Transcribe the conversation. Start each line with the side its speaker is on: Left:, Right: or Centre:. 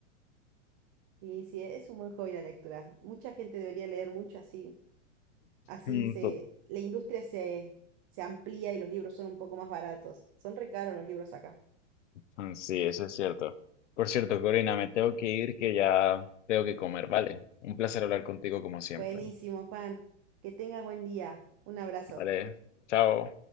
Right: Y sí, es un buen hobby la lectura. Mucha gente debería leer mucho así. Así
Left: Mm,
Right: se, la industria se, se amplía y los libros son un poco más baratos. Son re caros los libros acá.
Left: Mm, Sí, eso es cierto. Por cierto, Corina, me tengo que ir que ya tengo que comer, ¿vale? Un placer hablar contigo como siempre.
Right: Buenísimo, Juan. Que tengas buen día. Un abrazo.
Left: Vale, chao.